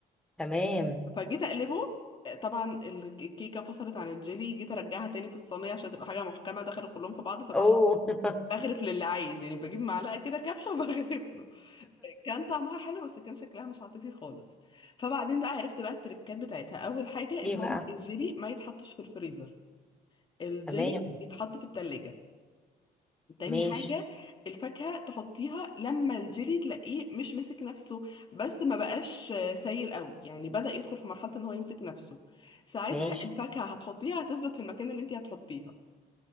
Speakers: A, in the centre; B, on the left.
A: تمام
B: فجيت اقلبه آه، طبعا ال- الكيكه فصلت عن الجيلي جيت ارجعها تاني في الصينيه عشان تبقى حاجه محكمه دخلوا كلهم في بعض فبقى
A: اوه <laughs>
B: بغرف للي عايز يعني بجيب معلقه كده كبشه <laughs> وبغرف له كان طعمها حلو بس كان شكلها مش عاطفي خالص فبعدين بقى عرفت بقى التركات بتاعتها اول حاجه
A: ايه
B: ان هو
A: بقى
B: الجيلي ما يتحطش في الفريزر الجيلي
A: تمام
B: يتحط في التلاجة تاني
A: ماشي
B: حاجة الفاكهة تحطيها لما الجيلي تلاقيه مش مسك نفسه بس ما بقاش آه، سايل قوي يعني بدأ يدخل في مرحلة ان هو يمسك نفسه ساعتها
A: ماشي
B: الفاكهة هتحطيها هتثبت في المكان اللي انت هتحطيها